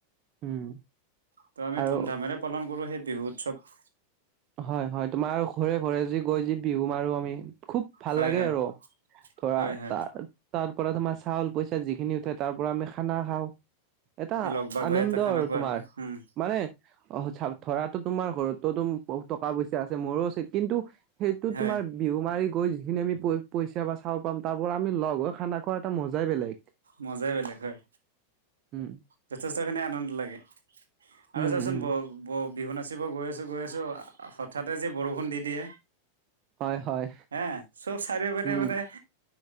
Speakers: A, on the right; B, on the right.
A: উম
B: ত আমি
A: আৰু
B: ধুম ধামেৰে পালন কৰোঁ সেই বিহু উৎসৱ৷
A: হয় হয় তোমাৰ ঘৰে ঘৰে যি গৈ যি বিহু মাৰো আমি খুব- ভাল
B: হয়
A: লাগে
B: হয়
A: আৰু ধৰা
B: হয় হয়
A: তাৰ তাৰ পৰা তোমাৰ চাউল পইচা যিখিনি উঠে তাৰ পৰা আমি খানা খাওঁ। এটা
B: এই লগ ভাগ
A: আনন্দ
B: হৈ এটা খানা
A: আৰু
B: খোৱা
A: তোমাৰ
B: যায় উম
A: মানে অ, ধৰাটো তোমাৰ ঘৰতো বহুত টকা পইচা আছে মোৰো আছে কিন্তু সেইটো
B: হয়
A: তোমাৰ বিহু মাৰি গৈ যিখিনি আমি পইচা বা চাউল পাম তাৰ পৰা আমি লগ হৈ খানা খোৱা এটা মজাই বেলেগ।
B: মজাই বেলেগ হয়।
A: উম,
B: যথেষ্টখিনি আনন্দ লাগে
A: উম
B: আৰু চাৱাচোন
A: উম
B: ব ব বিহু নাচিব গৈ আছোঁ- গৈ আছোঁ হঠাতে যে বৰষুণ দি দিয়ে।
A: হয় হয়।
B: এ চ' চাৰিও পিনে
A: উম
B: মানে অ,